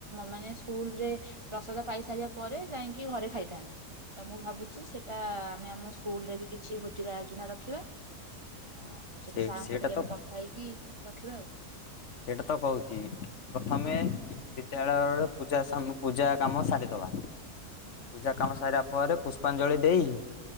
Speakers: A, on the right; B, on the left.
A: ମାନେ। ସ୍କୁଲ ରେ ପ୍ରସାଦ ପାଇସାରିବା ପରେ। ଯାଇକି ଘରେ ଖାଇଥାନ୍ତି ତ ମୁଁ ଭାବୁଛି ସେଇଟା ଆମେ ଆମ ସ୍କୁଲ ରେ ବି କିଛି ଭୋଜିର ଆୟୋଜନା ରଖିବା। ହଁ ଆଉ ସେଠି
B: ସେ
A: ସାଙ୍ଗସହିତ
B: ସେଇଟା
A: ବି
B: ତ
A: ଆମେ କଥା ହେଇକି। ରଖିବା ଆଉ।
B: ସେଇଟା ତ କହୁଛି ପ୍ରଥମେ ବିଦ୍ୟାଳୟରେ ପୂଜା ସାମ ପୂଜା କାମ ସାରିଦବା। ପୂଜା କାମ ସଇରା ପରେ ପୁଷ୍ ପାଞ୍ଜଳି ଦେଇ।